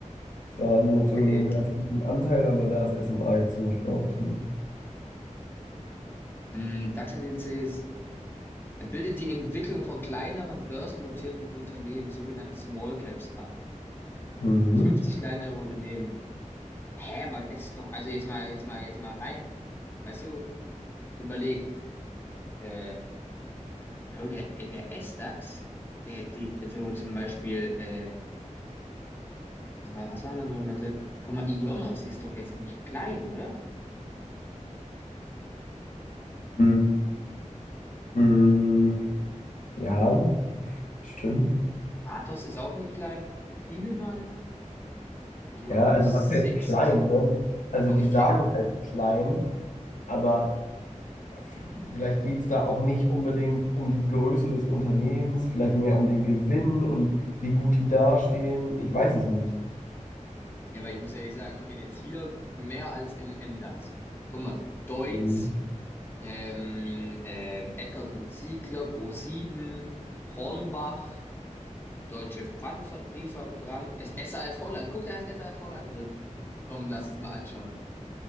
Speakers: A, on the left; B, on the left.
A: Zwar nur
B: Okay.
A: zu einem ganz guten Anteil, aber da ist SMA jetzt zum Beispiel auch drin.
B: Mm, DAX-Indizes. Er bildet die Entwicklung von kleineren börsennotierten Unternehmen, sogenannten Small Caps, ab.
A: Mhm.
B: 50 kleinere Unternehmen. Hä, aber das ist doch, also jetzt mal, jetzt mal, jetzt mal rein, weißt du, überlegt, äh, Bro, der, äh, der S-Dax, der, die, also zum Beispiel, äh, was war, was war da noch mal drin? Guck mal, Ionos ist doch jetzt nicht klein, oder?
A: Mhm. Mhm. Ja, stimmt.
B: Athos ist auch nicht klein, Thielmann, Ionos,
A: Ja, also was heißt
B: Sixt,
A: klein, ne? Also
B: Bro,
A: die
B: ich
A: sagen
B: kenne,
A: halt klein, aber f- vielleicht geht es da auch nicht unbedingt um die Größe des Unternehmens, vielleicht mehr um den Gewinn und wie gut die dastehen. Ich weiß es nicht.
B: ja, weil ich muss ehrlich sagen, ich kenne jetzt hier mehr als im M-Dax. Guck mal, Deutz,
A: Mhm.
B: ähm, ähm, Eckert und Ziegler, Pro7, Hornbach, Deutsche Pfandbriefverbrang. Ist SAF Holland. Guck, da ist SAF Holland drin. Komm, lass uns mal anschauen.